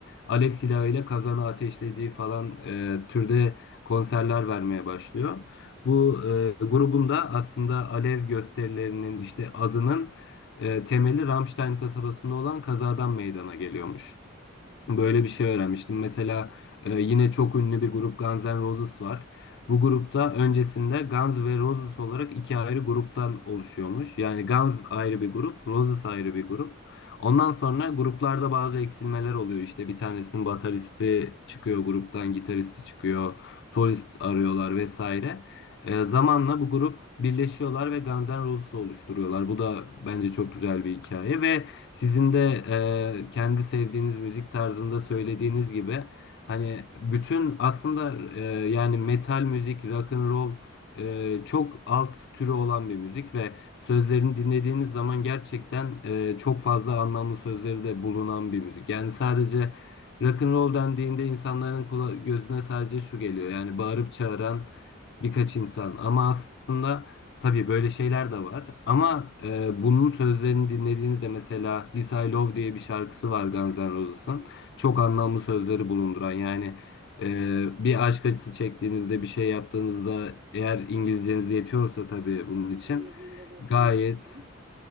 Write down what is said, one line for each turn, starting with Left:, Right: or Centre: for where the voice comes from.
Left: alev silahıyla kazanı ateşlediği falan e, türde konserler vermeye başlıyor. Bu e, grubun da aslında alev gösterilerinin işte adının e, temeli Ramstein kasabasında olan kazadan meydana geliyormuş. Böyle bir şey öğrenmiştim. Mesela e, yine çok ünlü bir grup Guns N' Roses var. Bu grupta öncesinde Guns ve Roses olarak iki ayrı gruptan oluşuyormuş. Yani Guns ayrı bir grup, Roses ayrı bir grup. Ondan sonra gruplarda bazı eksilmeler oluyor. İşte bir tanesinin bataristi çıkıyor gruptan, gitaristi çıkıyor, solist arıyorlar vesaire. E, zamanla bu grup birleşiyorlar ve Guns N' Roses oluşturuyorlar. Bu da bence çok güzel bir hikaye ve sizin de e, kendi sevdiğiniz müzik tarzında söylediğiniz gibi hani bütün aslında e, yani metal müzik, rock and roll e, çok alt türü olan bir müzik ve sözlerini dinlediğiniz zaman gerçekten e, çok fazla anlamlı sözleri de bulunan bir müzik. Yani sadece rock and roll dendiğinde insanların kula- gözüne sadece şu geliyor yani bağırıp çağıran birkaç insan ama aslında Tabii böyle şeyler de var ama e, bunun sözlerini dinlediğinizde mesela This I Love diye bir şarkısı var Guns N' Roses'ın.
Right: Hı hı.
Left: Çok anlamlı sözleri bulunduran yani e, bir aşk acısı çektiğinizde bir şey yaptığınızda eğer İngilizceniz yetiyorsa tabii bunun için
Right: Dinlediğinde ruha
Left: gayet
Right: iyi gelen,